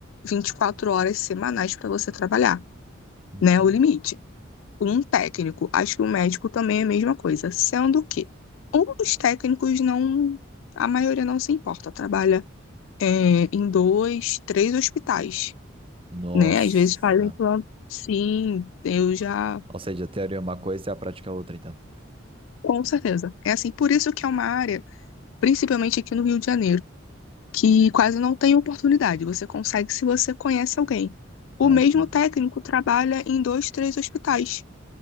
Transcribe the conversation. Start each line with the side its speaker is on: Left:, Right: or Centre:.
Left: 24 horas semanais para você trabalhar,
Right: uhum.
Left: né? O limite. Um técnico, acho que o médico também é a mesma coisa, sendo que os técnicos não, a maioria não se importa, trabalha é, em dois, três hospitais,
Right: Nossa.
Left: né? Às vezes fazem plano. Sim, eu já,
Right: Ou seja, a teoria é uma coisa e a prática é outra, então.
Left: com certeza. É assim, por isso que é uma área, principalmente aqui no Rio de Janeiro que quase não tem oportunidade. Você consegue se você conhece alguém. O
Right: Ah,
Left: mesmo
Right: entendi.
Left: técnico trabalha em dois, três hospitais,